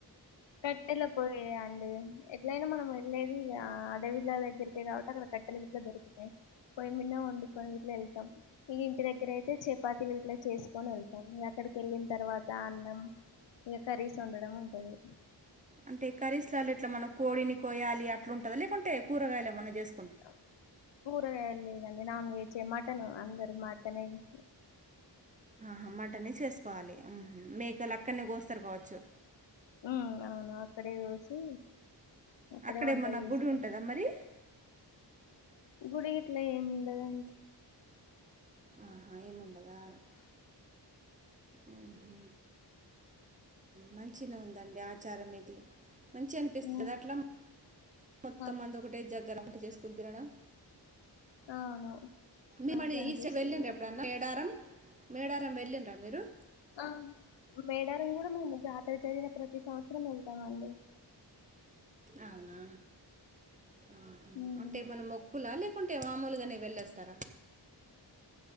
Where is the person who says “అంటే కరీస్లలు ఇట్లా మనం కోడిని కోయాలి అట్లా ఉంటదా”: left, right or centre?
Right